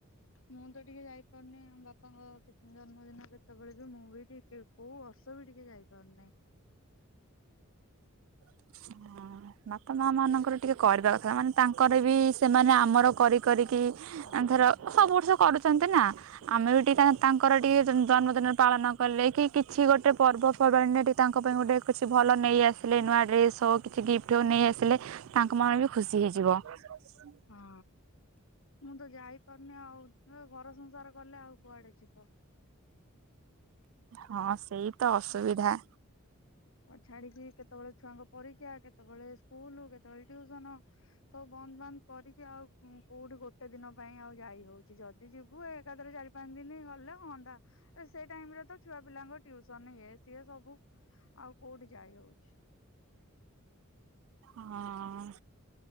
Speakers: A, on the left; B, on the right.
A: ମୁଁ ତ ଟିକେ ଯାଇପାରୁନି ଆମ ବାପାଙ୍କ କେତେ ଦିନ ଜନ୍ମ ଦିନ କେତେବେଳେ ଯେ ମୁଁ ବି ଟିକେ କୋଉ ବର୍ଷ ବି ଟିକେ ଯାଇପାରୁନାଇଁ।
B: ହଁ। ମାପ ମା ମାନଙ୍କର ଟିକେ କରିଦବା କଥା ମାନେ ତାଙ୍କର ବି ସେମାନେ ଆମର କରି କରିକି
A: ହଁ।
B: ତାଙ୍କର ସବୁ ବର୍ଷ କରୁଛନ୍ତି ନା। ଆମେ ବି ଟିକେ ତାଙ୍କର ଟିକେ ଜନ୍ମଦିନ ପାଳନ କଲେ କି କିଛି ଗୋଟେ ପର୍ବପର୍ବାଣିୀରେ ଟି ତାଙ୍କ ପାଇଁ ଗୋଟେ କିଛି ଭଲ ନେଇଆସିଲେ ନୂଆ ଡ୍ରେସ୍ ତ କିଛି ଗିଫ୍ଟ ହଉ ନେଇ ଆସିଲେ ତାଙ୍କ ମନ ବି ଖୁସି ହେଇଯିବ। ହ
A: ହଁ ମୁଁ ତ ଯାଇପାରୁନି ଆଉ ତୁ ତ ଘର ସଂସାର କଲେ ଆଉ କୁଆଡେ ଯିବ।
B: ହଁ ସେଇ ତ ଅସୁବିଧା।
A: ଛାଡିକି କେତେବେଳେ ଛୁଆଙ୍କ ପରୀକ୍ଷା କେତେବେଳେ ସ୍କୁଲ କେତେବେଳେ ଟ୍ୟୁସନ ସବୁ ବନ୍ଦ ବାନ୍ଦ। କରିକି ଆଉ କୋଉଠି ଗୋଟେ ଦିନ ପାଇଁ ଆଉ ଯାଇ ହଉଛି ଯଦି ଯିବୁ ଏକାଧରେ ଚାରି ପାଞ୍ଚ ଦିନ ଗଲେ ହୁଅନ୍ତା ସେଇ ଟାଇମରେ ତ ଛୁଆ ପିଲାଙ୍କ ଟ୍ୟୁସନ ଇଏ ସିଏ ସବୁ ଆଉ କୋଉଠି ଯାଇ ହଉଛି?
B: ହଁ